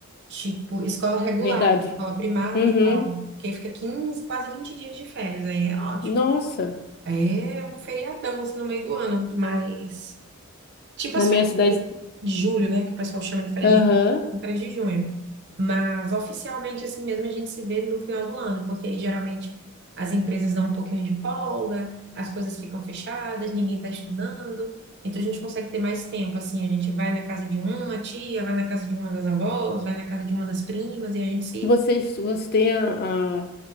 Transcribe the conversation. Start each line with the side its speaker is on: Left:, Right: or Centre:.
Right: tipo escola regular,
Left: Verdade.
Right: escola primária
Left: Uhum.
Right: e tal. Quem fica 15 quase 20 dias de férias, aí é ótimo.
Left: Nossa,
Right: É um feriadão assim no meio do ano, mas Tipo
Left: na
Right: as
Left: minha
Right: férias
Left: cidade.
Right: de, de julho, né? Que o pessoal chama de férias
Left: Aham.
Right: de, férias de junho. Mas oficialmente, assim mesmo, a gente se vê no final do ano, porque aí geralmente as empresas dão um pouquinho de folga, as coisas ficam fechadas, ninguém está estudando. Então a gente consegue ter mais tempo, assim, a gente vai na casa de uma tia, vai na casa de uma das avós, vai na casa de uma das primas, e a gente se.
Left: Vocês, vocês têm a,